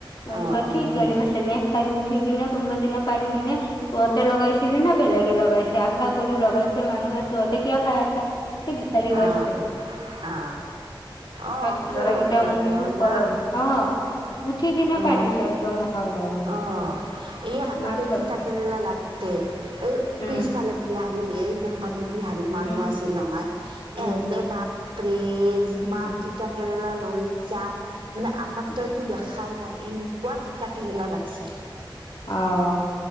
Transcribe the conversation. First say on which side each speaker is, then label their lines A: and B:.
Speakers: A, on the left; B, on the right.
A: তাৰপিছত
B: অ অ
A: ঠিক
B: হয়
A: গালি
B: দে।
A: পাৰছে নেক্সট আৰু উঠিব নে কোনোবা দিনা পাৰিবি নে। তহঁতে লগাইছিলি না বেলেগে লগাইছে আশা কৰি লগাইছে মানুহে তহঁতে কিয় খাই আছা। ঠিক গালি পাৰছে
B: অ অ অ
A: তাত
B: কিয়
A: ল'ৰাকেইটা
B: ল'ব লাগে
A: মুখ চুখ
B: হয় না?
A: কৰা হৈ হৈছে। অ উঠি কিনে
B: অ
A: পাৰিছে একদম মলত
B: অ এই আগতেও
A: ইমান ছয়টা
B: তিতা কেৰেলা লাগে তে এই
A: উম
B: পিছফালে বিহাৰী এই কোম্পানী, বিহাৰী মানুহ
A: উম
B: আছে নহয়
A: উম
B: এহতে বাপৰে যিমান
A: উম
B: তি, তিতা কেৰেলা লৈ যাই মানে আমাৰ
A: উম
B: তই এইটো দেখাই নাই এনেকোৱা তিতা কেৰেলা লাগে। <unintelligible>
A: অ